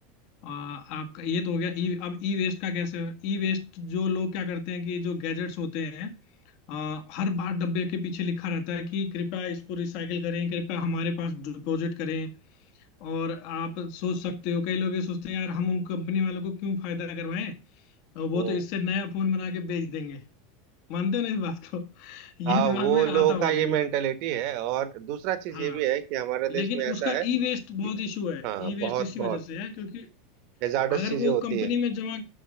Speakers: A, on the left; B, on the right.
A: आ, आपका ये तो हो गया ई अब ई वेस्ट का कैसे ई वेस्ट जो लोग क्या करते हैं कि जो गैजेट्स होते हैं आ, हर बार डब्बे के पीछे लिखा रहता है कि कृपया इसको रिसाइकिल करें कृपया हमारे पास डिपॉजिट करें और आप सोच सकते हो कई लोग ये सोचते हैं यार हम उन कंपनी वालों को क्यों फायदा करवाएं और वो
B: हम्म
A: तो इससे नया फोन बना के बेच देंगे मानते हो ना इस बात को <laughs> ये
B: हाँ
A: दिमाग
B: वो
A: में आता
B: लोगों
A: होगा
B: का ये
A: कई
B: मेंटेलिटी
A: लोग
B: है और दूसरा चीज
A: हाँ
B: ये भी है कि हमारे
A: लेकिन
B: देश में ऐसा
A: उसका
B: है
A: ई वेस्ट
B: कि
A: बहुत इशू है
B: हाँ
A: ई वेस्ट
B: बहुत
A: इसी
B: बहुत
A: वजह से है क्योंकि
B: हैजार्डस
A: अगर
B: चीजें
A: वो
B: होती
A: कंपनी
B: है
A: में जमा